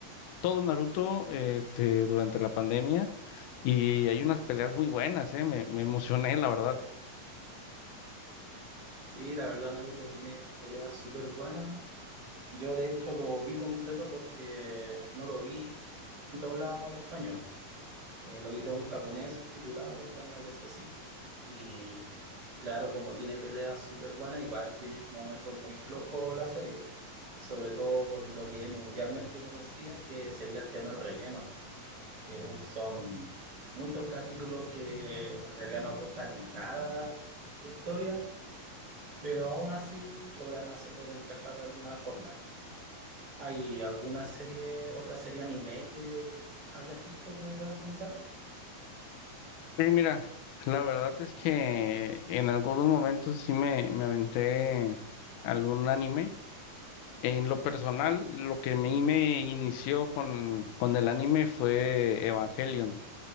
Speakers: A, on the left; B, on the right.
A: todo Naruto, este, durante la pandemia y hay unas peleas muy buenas, eh, me, me emocioné, la verdad.
B: Sí, la verdad Naruto tiene peleas súper buenas. Yo de hecho lo vi completo porque no lo vi doblado al español. Eh, lo vi todo en japonés subtitulado al español, eso sí. Y claro, como tiene peleas súper buenas, igual tiene momentos muy flojos la serie sobre todo por lo que es mundialmente conocida, que sería el tema del relleno, que uf, son muchos capítulos que en realidad no aportan en nada a la historia, pero aún así logran hacerlo de encajar de alguna forma. ¿Hay alguna serie, otra serie anime que hayas visto que me puedas contar?
A: Sí, mira, la verdad es que en algunos momentos sí me, me aventé algún anime. En lo personal, lo que a mí me inició con, con el anime fue Evangelion.